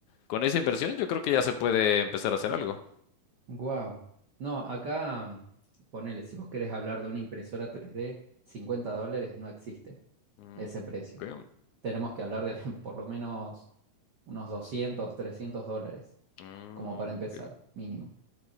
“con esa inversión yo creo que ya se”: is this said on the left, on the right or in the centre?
Left